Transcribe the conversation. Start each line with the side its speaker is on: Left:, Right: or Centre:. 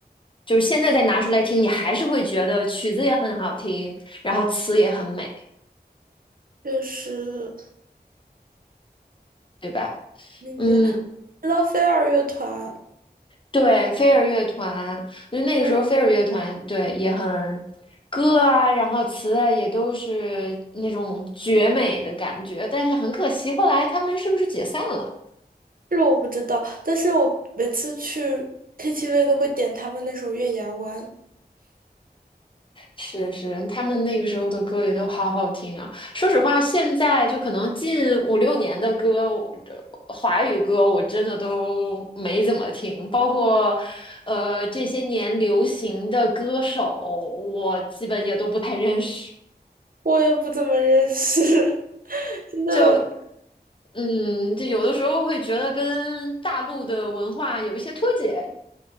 Left: 就是现在再拿出来听，你还是会觉得曲子也很好听，然后词也很美，
Right: 就是
Left: 对吧？
Right: 林杰、
Left: 嗯，
Right: 知道飞儿乐团。
Left: 对，飞儿乐团，我觉得那个时候飞儿乐团对也很歌啊，
Right: 嗯，
Left: 然后词啊也都是那种绝美的感觉，但是很可惜，后来他们是不是解散了？
Right: 这个我不知道，但是我每次去 KTV 都会点他们那首《月牙湾》，
Left: 是是，他们那个时候的歌也都好好听啊。说实话，现在就可能近五六年的歌，我华语歌我真的都没怎么听，包括呃这些年流行的歌手，我基本也都不太认识。
Right: 我也不怎么认识。<laughs> 现在
Left: 就嗯，就有的时候会觉得跟大陆的文化有一些脱节。